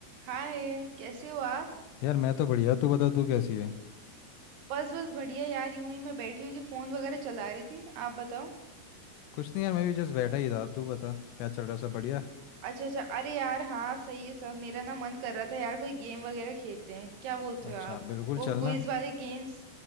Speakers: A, on the right; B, on the left.
A: हाय कैसे हो आप
B: यार मैं तो बढ़िया तू बता तू कैसी है
A: बस बस बढ़िया यार यूं ही मैं बैठी हुई थी फोन वगैरह चला रही थी आप बताओ
B: कुछ नहीं यार मैं भी जस्ट बैठा ही था तू बता क्या चल रहा है सब बढ़िया
A: अच्छा अच्छा अरे यार हाँ सही है सब मेरा ना मन कर रहा था यार कोई गेम वगैरह खेलते हैं क्या बोलते
B: अच्छा
A: हो आप
B: बिल्कुल
A: वो
B: चलना
A: क्विज वाले गेम्स